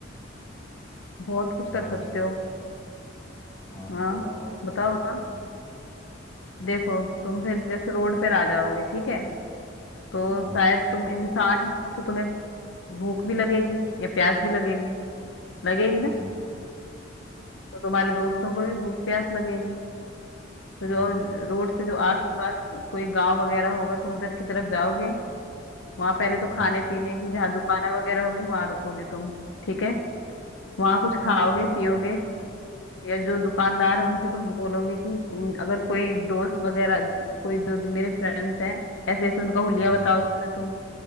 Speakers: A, on the left (about 75°); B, on the left (about 35°).
A: बहुत
B: फिर
A: कुछ
B: जहाँ
A: कर सकते
B: से
A: हो
B: हाँ
A: हाँ
B: फिर बताओ आप क्या
A: बताओ
B: कर सकते
A: बताओ
B: हैं
A: देखो तुम फिर जैसे रोड पर आ जाओगे ठीक है तो
B: हाँ
A: शायद तुम इंसान ही हो तो तुम्हें भूख भी लगेगी या प्यास भी लगेगी लगेगी ना
B: हाँ
A: तो तुम्हारे दोस्तों को भी भूख प्यास लगेगी तो
B: हाँ
A: जो रोड से जो आसपास कोई गांव वगैरह होगा तुम उधर की तरफ जाओगे वहां पहले
B: हम्म
A: तो खाने पीने की जहाँ दुकानें वगैरह होगी वहां रुकोगे तुम ठीक है वहां कुछ खाओगे
B: हाँ
A: पियोगे या जो दुकानदार है उनसे तुम बोलोगे कि तुम- अगर कोई दोस्त वगैरह कोई दो, दो मेरे फ्रेंड्स हैं ऐसे ऐसे उनका हुलिया
B: हम्म
A: बताओगे तुम